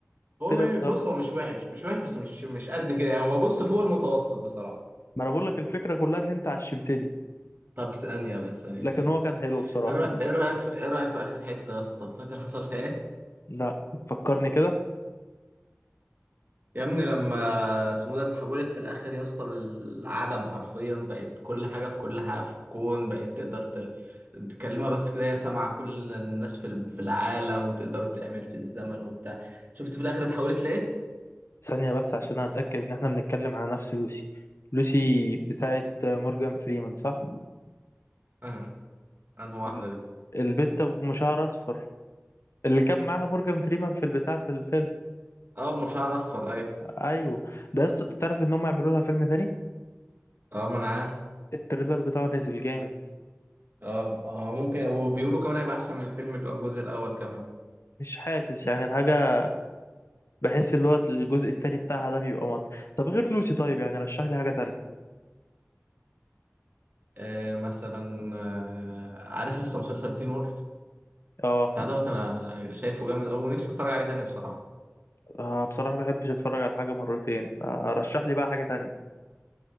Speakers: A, on the right; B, on the left.
A: هو
B: طلع
A: م-
B: بصراحه
A: بص هو مش وحش مش وحش بس مش مش قد كده يعني هو بص فوق المتوسط بصراحة
B: ما انا بقول لك الفكره كلها ان انت عشمتني
A: طب ثانية بس ثانية
B: لكن
A: ثانية
B: هو
A: ثانية
B: كان حلو بصراحه
A: ايه رأ- إيه رأيك في ايه رأيك في آخر حتة يا اسطى فاكر حصل فيها ايه؟
B: لا فكرني كده
A: يا ابني لما اسمه ده اتحولت في الآخر يا اسطى للعدم حرفيا بقت كل حاجة في كل حاجة في الكون بقت تقدر ت... تكلمها بس كده هي سامعة كل الناس في ال- في العالم وتقدر تعمل في الزمن وبتاع شفت في الآخر اتحولت ليه؟
B: ثانيه بس عشان اتاكد ان احنا بنتكلم على نفس لوسي لوسي بتاعت مورجان فريمان صح
A: اه انهي واحدة
B: ال-
A: دي؟
B: البت ام شعر اصفر اللي كان معاها مورجان فريمان في البتاع في الفيلم
A: اه أم شعر أصفر أيوة
B: ايوه ده لسه تعرف ان هم يعملوا لها فيلم تاني
A: اه ما أنا عارف
B: التريلر بتاعه نزل جامد
A: اه ما هو ممكن وبيقولوا كمان هيبقى أحسن من الفيلم اللي هو الجزء الأول كمان
B: مش حاسس يعني الحاجه بحس اللي هو الجزء التاني بتاعها ده بيبقى مط طب غير لوسي طيب يعني رشح لي حاجة تانية
A: آه مثلا آه عارف لسه مسلسل تين وولف
B: اه
A: بتاع دوت انا شايفه جامد قوي ونفسي اتفرج عليه تاني بصراحه
B: آه، بصراحة ما بحبش اتفرج على حاجة مرتين فرشح لي بقى حاجة تانية